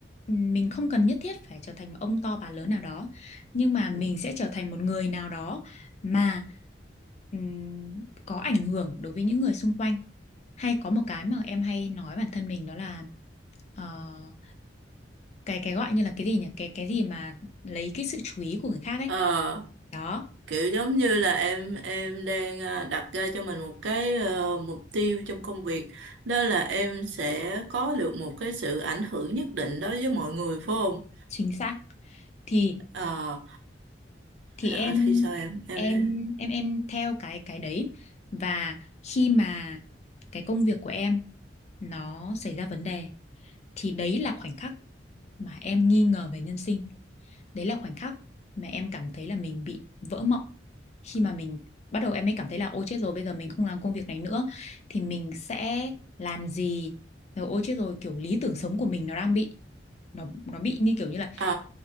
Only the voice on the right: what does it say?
ờ
kiểu giống như là em em đang ờ, đặt ra cho mình một cái ờ, mục tiêu trong công việc đó là em sẽ có được một cái sự ảnh hưởng nhất định đối với mọi người phải không
ờ
ờ,
thì sao em em
nói-
ờ